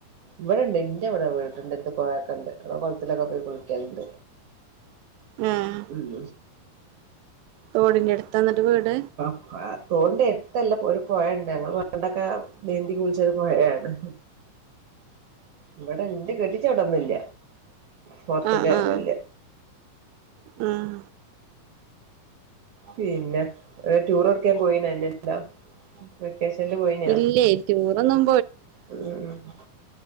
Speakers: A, on the right; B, on the right.
A: ഇവിടെ ഇണ്ട് ഇന്റെ ഇവിടെ വീട്ടന്റെ അടുത്ത് പൊഴോക്കെ ഇണ്ട്. എടെ കുളത്തിലൊക്കെ പോയി കുളിക്കലുണ്ട്
B: ഏഹ്
A: ഉം.
B: തോടിന്റെടുത്തന്നിട്ട് വീട്?
A: ആഹ് തോടിന്റെ എടുത്തല്ല ഒരു പോഴണ്ട് ഞങ്ങൾ പണ്ടൊക്കെ നീന്തിക്കുളിച്ച പോഴയാണ് ഇവിടെ എന്റെ കെട്ടിച്ചവടൊന്നില്ല പുറത്തേക്കെ
B: ആഹ്
A: ഇറങ്ങലില്ല.
B: ആഹ് ഉം
A: പിന്നെ ടൂറെടക്കാൻ പോയി <unintelligible> വെക്കേഷനല് പോയിനാ?
B: ഇല്ലേ ടൂറൊന്നും
A: ഉം